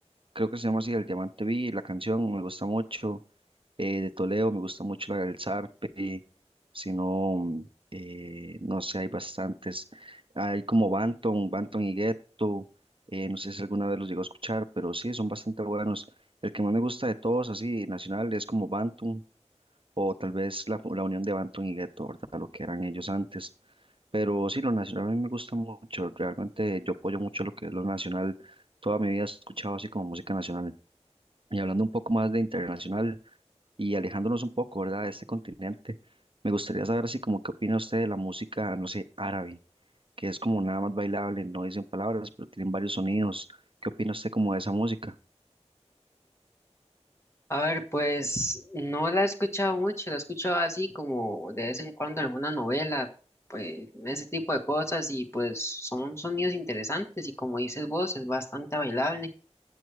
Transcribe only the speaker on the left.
A ver, pues no la he escuchado mucho, la he escuchado así como de vez en cuando en alguna novela, pues ese tipo de cosas y pues son sonidos interesantes y como dices vos es bastante bailable,